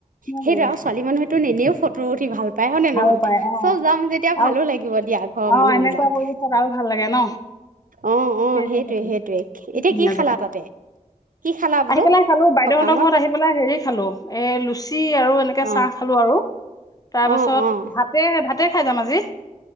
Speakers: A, on the left; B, on the right.
A: নহয়
B: সেইটো
A: জানো?
B: আৰু ছোৱালী মানুহটো নিনেও ফটো পঠি ভাল পাই হ নে
A: ভাল
B: নহয়
A: পায় অ
B: চব যাম যেতিয়া
A: আৰু
B: ভালো লাগিব দিয়া ঘৰৰ
A: অ
B: মানুহ
A: এনেকুৱা
B: বিলাক
A: পৰিৱেশত আৰু ভাল লাগে ন
B: আহ আহ
A: সেই
B: সেইটোৱে
A: ঠাইডোখৰ
B: সেইটোৱে
A: বহুত
B: এতিয়া
A: ধুনীয়া
B: কি খালা
A: জেগা
B: তাতে কি খালা বোলো
A: আহি পেলাই খালো বাইদেউহতৰ
B: সকামত
A: ঘৰত আহি পেলাই হেৰি খালো এ লুচি আৰু এনেকে
B: অঁ
A: চাহ খালো আৰু তাৰ
B: অঁ
A: পাছত
B: অঁ
A: ভাতে ভাতে খাই যাম আজি